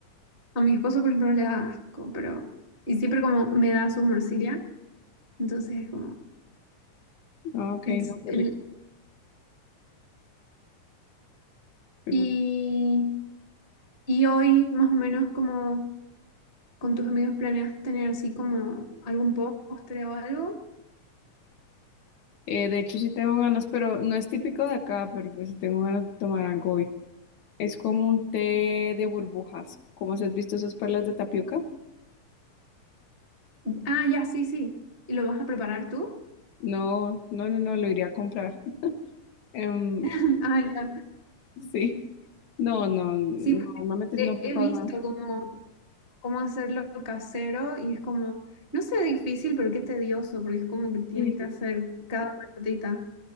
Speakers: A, on the left; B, on the left.
A: A mi esposo, por ejemplo, le da asco, pero. Y siempre como me da su morcilla. Entonces, como.
B: Ah, ok,
A: Es
B: no, qué
A: el.
B: rico. qué
A: Y,
B: rico.
A: y hoy, más o menos, como con tus amigos, ¿planeas tener así como algún postre o algo?
B: Eh, de hecho, sí tengo ganas, pero no es típico de acá, pero pues sí tengo ganas de tomar algo hoy. Es como un té de burbujas. ¿Cómo se has visto esas perlas de tapioca?
A: Ah, ya, sí, sí. ¿Y lo vas a preparar tú?
B: No, no, no, no, lo iría a comprar. <laughs> Em,
A: <laughs> Ah, ya.
B: sí. No, no, no,
A: Sí, porque
B: normalmente
A: he
B: no preparo
A: he visto
B: nada.
A: como cómo hacerlo casero y es como, no sé, difícil, pero qué tedioso, porque es como que tienes
B: Sí,
A: que hacer cada pelotita.